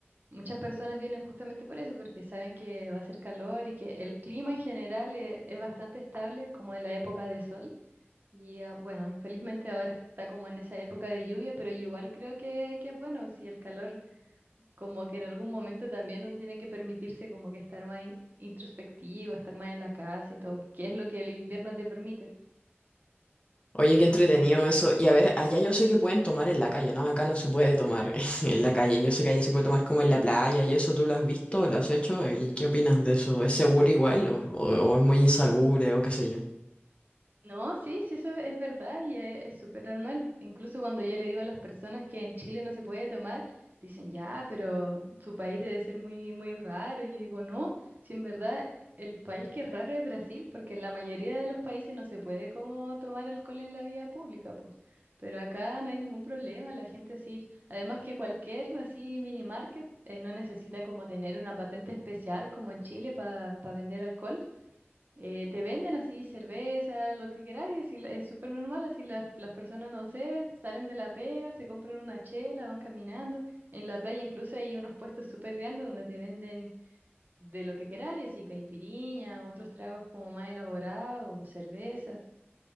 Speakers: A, on the right; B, on the left.
A: Muchas personas vienen justamente por eso, porque saben que va a ser calor y que el clima en general e- es, bastante estable, como en la época de sol. Y ah, bueno, infelizmente ahora está como en esa época de lluvia, pero yo igual creo que, que es bueno, si el calor, como que en algún momento también uno tiene que permitirse como que estar más in- introspectivo, estar más en la casa y todo, que es lo que el invierno te permite.
B: Oye, qué entretenido eso. Y a ver, allá yo sé que pueden tomar en la calle, ¿no? Acá no se puede tomar <laughs> en la calle. Yo sé que allá se puede tomar como en la playa y eso tú lo has visto, lo has hecho. ¿Y qué opinas de eso? ¿Es seguro igual o, o o es muy insalubre o qué sé yo?
A: No, sí, sí, eso es verdad y es es súper normal. Incluso cuando yo le digo a las personas que en Chile no se puede tomar, dicen, ya, pero su país debe ser muy, muy raro. Y yo digo, no, si en verdad el país que es raro es Brasil, porque en la mayoría de los países no se puede como tomar alcohol en la vía pública, pues. Pero acá no hay ningún problema, la gente sí. Además que cualquier así mini market eh, no necesita como tener una patente especial como en Chile para vender alcohol eh, te venden así cerveza, lo que queráis, así la- es súper normal, así las, las personas, no sé, salen de la pega, se compran una chela, van caminando. En la playa incluso hay unos puestos súper grandes donde te venden de lo que queráis, así caipiriña, otros tragos como más elaborados, cerveza.